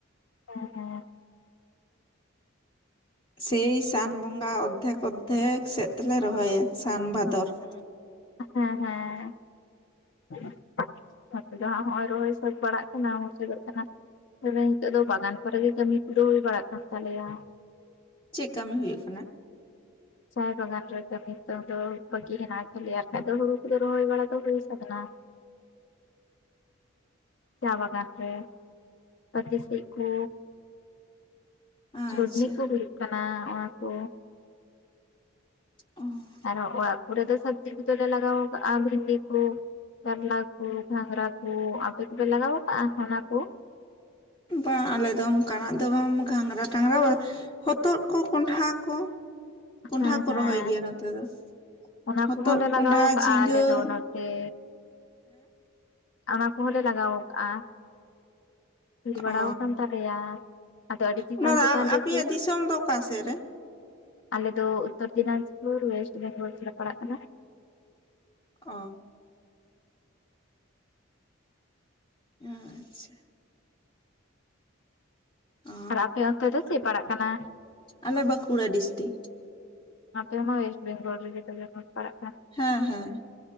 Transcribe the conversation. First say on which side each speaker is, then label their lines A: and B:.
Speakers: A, on the left; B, on the left.
A: ᱚ <unintelligible>
B: ᱥᱮᱭ ᱥᱟᱱ ᱵᱚᱸᱜᱟ ᱚᱨᱫᱷᱮᱠ ᱚᱨᱫᱷᱮᱠ ᱥᱮᱫ ᱛᱮᱞᱮ ᱨᱚᱦᱚᱭᱟ ᱥᱟᱱ ᱵᱷᱟᱫᱚᱨ ᱾
A: ᱦᱮᱸ ᱦᱮᱸ ᱡᱟᱦᱟᱸ ᱱᱚᱜᱼᱚᱭ ᱨᱚᱦᱚᱭ ᱥᱟᱹᱛ ᱵᱟᱲᱟᱜᱼᱼ ᱚᱱᱟ ᱢᱩᱪᱟᱹᱫᱚᱜ ᱠᱟᱱᱟ ᱛᱮᱵᱮ ᱱᱤᱛᱚᱜ ᱫᱚ ᱵᱟᱜᱟᱱ ᱠᱚᱨᱮ ᱜᱮ ᱠᱟᱹᱢᱤ ᱠᱚᱫᱚ ᱦᱩᱭ ᱵᱟᱲᱟᱜ ᱠᱟᱱ ᱛᱟᱞᱮᱭᱟ ᱾
B: ᱪᱮᱫ ᱠᱟᱹᱢᱤ ᱦᱩᱭᱩᱜ ᱠᱟᱱᱟ?
A: ᱪᱟᱭ ᱵᱟᱜᱟᱱ ᱨᱮ ᱠᱟᱹᱢᱤ ᱱᱤᱛᱚᱝ ᱫᱚ ᱵᱷᱟᱹᱜᱤ ᱦᱮᱱᱟᱜ ᱠᱷᱟᱞᱤ ᱟᱨ ᱵᱟᱠᱷᱟᱡ ᱫᱚ ᱦᱩᱲᱩ ᱠᱚᱫᱚ ᱨᱚᱦᱚᱭ ᱵᱟᱲᱟ ᱫᱚ ᱦᱩᱭ ᱥᱟᱹᱛ ᱮᱱᱟ ᱾ ᱪᱟ ᱵᱟᱜᱟᱱ ᱨᱮ ᱠᱟᱴᱤ ᱥᱤᱫ ᱠᱚᱼᱼ
B: ᱟᱪᱪᱷᱟ
A: ᱪᱷᱚᱰᱱᱤ ᱠᱚ ᱦᱩᱭᱩᱜ ᱠᱟᱱᱟ ᱚᱱᱟ ᱠᱚᱼᱼ
B: ᱚᱸ
A: ᱟᱨᱚ ᱚᱲᱟᱜ ᱠᱚᱨᱮ ᱫᱚ ᱥᱚᱵᱽᱡᱤ ᱠᱚᱫᱚᱞᱮ ᱞᱟᱜᱟᱣ ᱠᱟᱜᱼᱟ ᱵᱷᱤᱱᱰᱤ ᱠᱚᱼᱼ ᱠᱟᱨᱞᱟ ᱠᱚ, ᱜᱷᱟᱜᱽᱨᱟ ᱠᱚ, ᱟᱯᱮ ᱠᱚ ᱯᱮ ᱞᱟᱜᱟᱣ ᱠᱟᱜᱼᱟ ᱚᱱᱟ ᱠᱩ?
B: ᱵᱟᱝ ᱟᱞᱮ ᱫᱚ ᱚᱱᱠᱟᱱᱟᱜ ᱫᱚ ᱵᱟᱝ ᱜᱷᱟᱸᱝᱽᱨᱟᱴᱟᱝᱽᱨᱟ ᱵᱟ ᱦᱚᱛᱚᱫ ᱠᱚ ᱠᱚᱸᱰᱦᱷᱟᱟ ᱠᱚ ᱠᱚᱸᱰᱷᱟ
A: ᱦᱮᱸ
B: ᱠᱚ
A: ᱦᱮᱸ
B: ᱨᱚᱦᱚᱭ ᱜᱮᱭᱟ ᱱᱚᱛᱮ ᱫᱚ ᱾
A: ᱚᱱᱟ
B: ᱦᱚᱛᱚᱫ
A: ᱠᱚᱦᱚᱸ ᱞᱮ
B: ᱠᱚᱸᱰᱷᱟ
A: ᱞᱟᱜᱟᱣ ᱠᱟᱜᱼᱟ
B: ᱡᱷᱤᱸᱜᱟᱹ
A: ᱟᱞᱮ ᱫᱚ
B: ᱾
A: ᱱᱚᱛᱮ ᱚᱱᱟ ᱠᱚᱦᱚᱸᱞ ᱞᱮ ᱞᱟᱜᱟᱣ ᱠᱟᱜᱼᱟ ᱦᱩᱭᱤᱨ ᱵᱟᱲᱟ
B: ᱚ
A: ᱟᱠᱟᱱ ᱛᱟᱞᱮᱭᱟ ᱾ ᱟᱫᱚ ᱟᱹᱰᱤ ᱪᱮᱛᱟᱱ
B: ᱚᱱᱟ ᱫᱚ
A: ᱪᱮᱛᱟᱱ ᱨᱮ
B: ᱟᱯᱮᱭᱟᱜ
A: ᱥᱮ,
B: ᱫᱤᱥᱚᱢ ᱫᱚ ᱚᱠᱟ ᱥᱮᱫ ᱨᱮ
A: ᱟᱞᱮᱫ ᱫᱚ ᱩᱛᱛᱚᱨ ᱫᱤᱱᱟᱡᱯᱩᱨ ᱚᱭᱮᱥᱴ ᱵᱮᱝᱜᱚᱞ ᱛᱮᱞᱮ ᱯᱟᱲᱟᱜ ᱠᱟᱱᱟ ᱾
B: ᱚ, ᱟᱪᱪᱷᱟ, ᱚ
A: ᱟᱨ ᱟᱯᱮ ᱚᱱᱛᱮ ᱫᱚ ᱪᱮᱫ ᱯᱟᱲᱟᱜ ᱠᱟᱱᱟ?
B: ᱟᱞᱮ ᱵᱟᱸᱠᱩᱲᱟ ᱰᱤᱥᱴᱤᱠ
A: ᱟᱮ ᱢᱟ ᱵᱮᱮᱥᱴ ᱵᱮᱜᱚᱞ ᱨᱮ ᱜ ᱱᱚᱠᱟᱨ, <inaudible>
B: ᱦᱮᱸ ᱦᱮᱸ